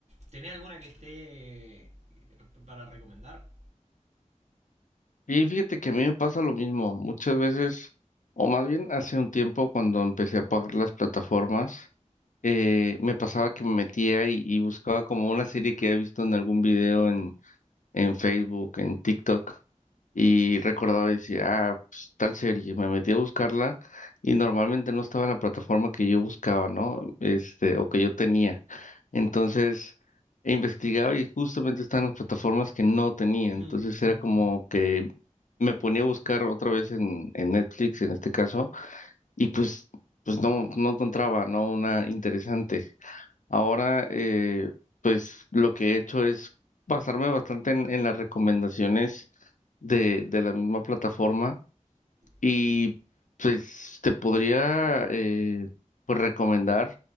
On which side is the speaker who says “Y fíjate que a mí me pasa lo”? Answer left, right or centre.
Left